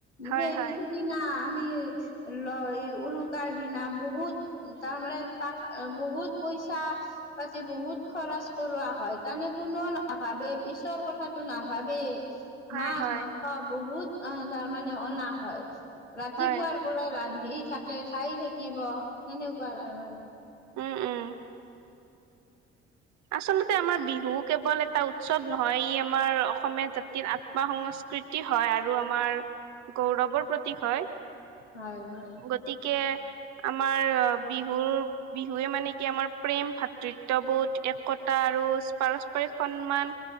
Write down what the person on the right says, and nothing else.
হয়
হয়
হয়
হয়
হয়
উম উম। আচলতে আমাৰ বিহু কেৱল এটা উৎসৱ নহয় ই আমাৰ অসমীয়া জাতিৰ আ ত্ম সংস্কৃতি হয় আৰু আমাৰ গৌৰৱৰ প্ৰতীক হয়।
গ তিকে আমাৰ বিহুৰ বিহুৱে মানে কি আমাৰ প্ৰেম, ভাতৃত্ববোধ, একতা আৰু পাৰস্পৰিক সন্মান